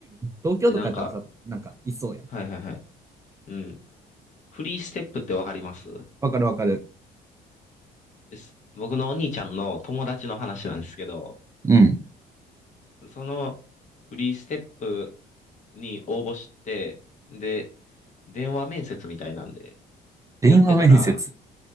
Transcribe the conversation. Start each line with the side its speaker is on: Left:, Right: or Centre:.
Right: 東京とかやったらさ、
Left: え、なんか、
Right: なんかいそうやん。
Left: はいはいはい。うん。フリーステップってわかります
Right: わかるわかる。
Left: です。僕のお兄ちゃんの友達の話なんですけど、
Right: うん。
Left: そのフリーステップに応募して、で、電話面接みたいなんで
Right: 電話面接。
Left: やってたら、